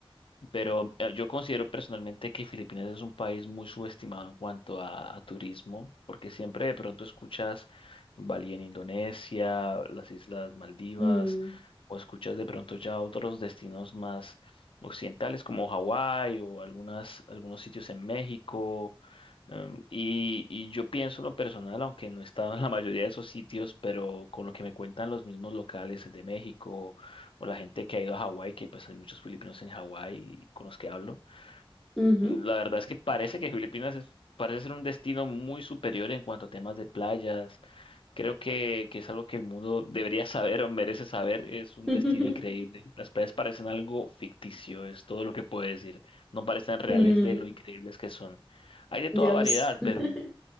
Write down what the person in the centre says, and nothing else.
mm,
ujú.
<laughs>
Mm,
Dios,
<laughs>